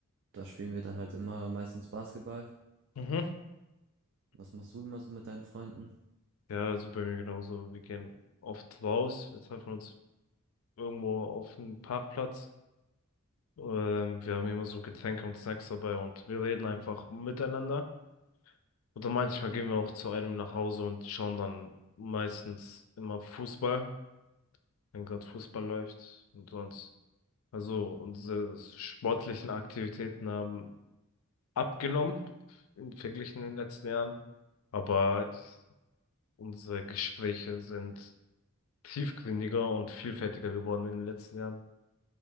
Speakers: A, on the right; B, on the left.
A: da spielen wir dann halt immer meistens Basketball.
B: Mhm.
A: Was machst du immer so mit deinen Freunden?
B: Ja, also bei mir genauso. Wir gehen oft raus, wir treffen uns irgendwo auf einem Parkplatz. Ähm, wir haben immer so Getränke und Snacks dabei und wir reden einfach miteinander. Oder manchmal gehen wir auch zu einem nach Hause und schauen dann meistens immer Fußball, wenn gerade Fußball läuft und sonst. Also unsere sportlichen Aktivitäten haben abgenommen im Vergleich in den letzten Jahren, aber unsere Gespräche sind tiefgründiger und vielfältiger geworden in den letzten Jahren,